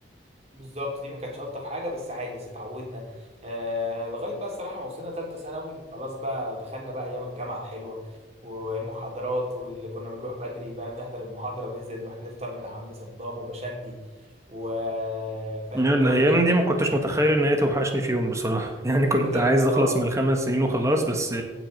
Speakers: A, on the right; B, on the right.
A: بالظبط دي ما كانتش الطف حاجه بس عادي بس اتعودنا آه لغايه بقى الصراحه ما وصلنا ثالثه ثانوي وخلاص بقى دخلنا بقى ايام الجامعه الحلوه والمحاضرات واللي كنا بنروح بدري فاهم نحضر المحاضره وننزل نروح نفطر من عم صدام وبشندي وفاهم
B: يعني
A: انت
B: الايام
A: والمشاريع
B: دي
A: اللي
B: ما كنتش
A: كنا بن-
B: متخيل ان هي توحشني في يوم بصراحه <laughs> يعني كنت
A: بجد
B: عايز
A: اه
B: اخلص من الخمس سنين وخلاص بس